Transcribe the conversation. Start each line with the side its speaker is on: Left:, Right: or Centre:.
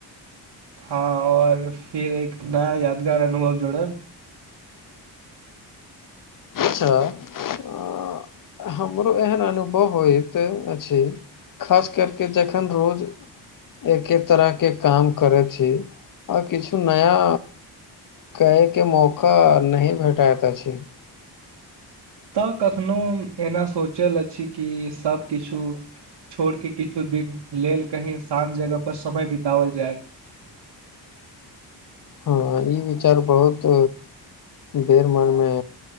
Right: हँ और फिर एक नया यादगार अनुभव जोड़ब
Left: च अऽहमरो एहन अनुभव होइत अछि खास करके जखन रोज एके तरहके काम करैत छी आ ऽ किछु नया क्यैके के मौका नहि भेटैत अछि
Right: तऽ कखनहु एना सोचल अछि कि सभकिछु छोड़ के किछु दिन लेल कही शांत जगह पर समय बित। ओल जाय
Left: हँ ई विचार बहुत बेर मनमे